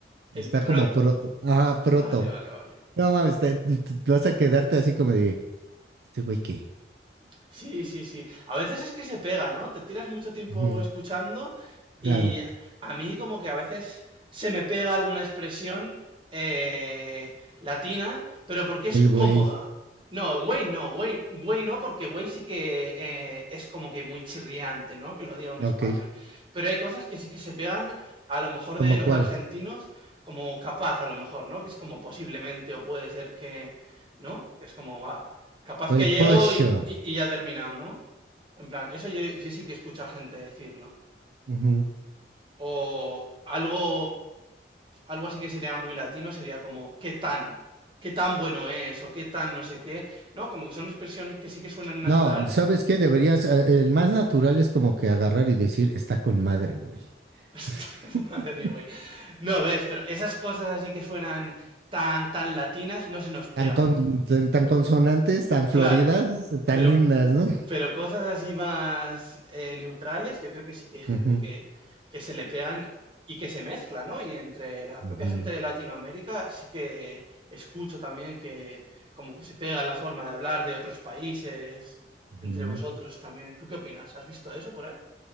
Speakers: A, on the right (about 30°); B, on the right (about 65°).
A: El
B: Está
A: proto.
B: como proto. ajá, proto.
A: Vale, vale, vale.
B: No mames, te, te- te vas a quedarte así como de, ¿este güey qué?
A: Sí, sí, sí. A veces es que se pega, ¿no? Te tiras mucho tiempo
B: Ujú,
A: escuchando y
B: Claro,
A: a mí como que a veces se me pega alguna expresión eh, latina, pero porque es
B: el
A: cómoda.
B: güey,
A: No, güey no, güey, güey no, porque güey sí que eh, es como que muy chirriante, ¿no? Que lo diga un
B: ok,
A: español. Pero hay cosas que sí que se pegan a lo mejor
B: ¿como
A: de los
B: cuál?
A: argentinos como capaz, a lo mejor, ¿no? Que es como posiblemente o puede ser que, ¿no? Que es como va. Capaz
B: O
A: que
B: el pollo.
A: llego y, y- y ya ha terminado, ¿no? En plan, eso yo, yo sí que escucho a gente decirlo.
B: ujú.
A: O algo, algo así que sería muy latino, sería como, ¿qué tan? ¿Qué tan bueno es? O qué tan no sé qué. ¿No? Como que son expresiones que sí que suenan natural.
B: No, ¿sabes qué? Deberías, eh, el más natural es como que agarrar y decir, está con madre, güey.
A: <laughs> Está
B: <laughs>
A: como, Madre, güey. No ves, pero esas cosas así que suenan tan, tan latinas no se nos pegan.
B: Tan, con- tan, tan consonantes, tan floridas,
A: Claro.
B: tan
A: Pero
B: lindas, ¿no?
A: Pero cosas así más eh, neutrales, yo creo que sí que hay gente
B: Ujú,
A: que, que se le pegan y que se mezcla, ¿no? Y entre la
B: ujú,
A: propia gente de Latinoamérica sí que escucho también que como que se pega la forma de hablar de otros países
B: ujú.
A: entre vosotros también. ¿Tú qué opinas? ¿Has visto eso por ahí?